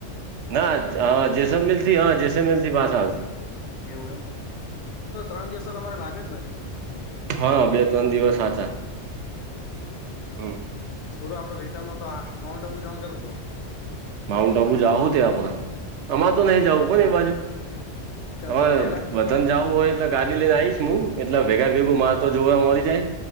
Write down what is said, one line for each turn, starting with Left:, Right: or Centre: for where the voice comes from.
Right: ના જેસલમેલ થી હ જેસલમેર થી પાસા આવશે.
Left: એવું એમને તો ત્રણ દિવસ તો તમારે લાગે જ ને યાર.
Right: હા, બે-ત્રણ દિવસ સાચા હમ.
Left: સુર આપડો રિટર્નમાં તો માઉન્ટ આબુ જવા કેહતો હતો.
Right: માઉન્ટ આબુ જાઉ તે આપણે હમણાં
Left: હમ
Right: તો નહી જવું ને એ બાજુ
Left: તેમ
Right: <unintelligible>
Left: તમે ગયેલા
Right: તન જાવું હોય એટલે ગાડી લઈને આવીશ હું એટલે ભેગા ભેગું માર તો જોવા મળી જાય.